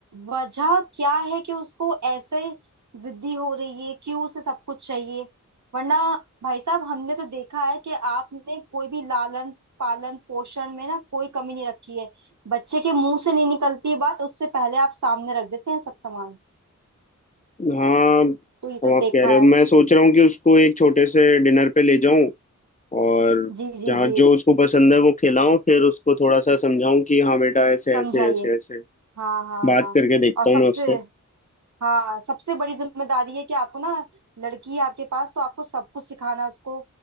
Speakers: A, on the right; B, on the left.
A: वजह क्या है कि उसको ऐसे जिद्दी हो रही है क्यों उसे सब कुछ चाहिए वरना भाई साहब हमने तो देखा है कि आपने कोई भी लालन पालन पोषण में ना कोई कमी नहीं रखी है बच्चे के मुंह से नहीं निकलती बात उससे पहले आप सामने रख देते हैं सब सामान
B: हाँ
A: तो ये
B: अब
A: तो
B: आप
A: देखा
B: कह रहे हो
A: है
B: मैं सोच रहा हूँ कि उसको एक छोटे से डिनर पे ले जाऊं और
A: जी जी
B: जहाँ
A: जी
B: जो उसको पसंद है वो खिलाऊं फिर उसको थोड़ा सा समझाऊं कि हाँ बेटा ऐसे
A: समझाइए
B: ऐसे ऐसे ऐसे
A: हाँ हाँ
B: बात
A: हाँ
B: करके देखता
A: और सबसे
B: हूँ मैं उससे
A: हाँ सबसे बड़ी जिम्मेदारी है कि आपको ना लड़की है आपके पास तो आपको सब कुछ सिखाना है उसको